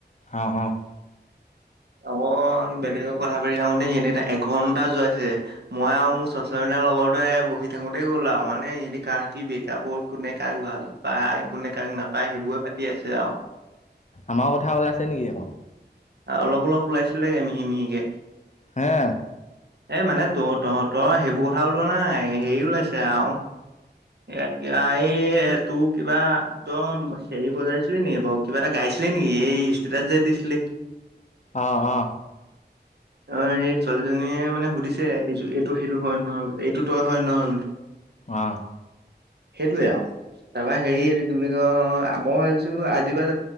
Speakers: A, on the left; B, on the right.
A: অ' অ'
B: অকল বেলেগক কথা পাতি থাকোঁতে এই <unintelligible> এঘন্ যোৱাইছে মই আৰু মোৰ <unintelligible> লগৰটোৱে বহি থাকোঁতেই গ'ল আৰু মানে ইহঁতি কাৰ কি ব্ৰেক বল কোনে কাক ভাল পায়, কোনে কাক নাপায় সেইবোৰে পাতি আছে আৱ
A: আমাৰ কথা ওলাইছে নেকি আকৌ?
B: অলপ অলপ ওলাইছিলেগে মিহি মিহিকে।
A: হে
B: এ মানে ত তহঁতৰ সেইবোৰ কথা ওলোৱা নাই, হেৰি ওলাইছে আৰু এ এই তোৰ কিবা দম হেৰি বজাইছিলি নি বাৰু? কিবা এটা গাইছিলি নি? ষ্টৈটাচ যে দিছিলি?
A: অ অ
B: অ সেই ছোৱালীজনীয়ে মানে সুধিছে এইয এইটো সেইটো হয় নে নহয় এইটো তই হয় নহয় বুলি?
A: অ'
B: সেইটোৱে আৰু তাৰপৰা হেৰি এইটো বুলি কয় মই ভাবিছোঁ আজিৰ পৰা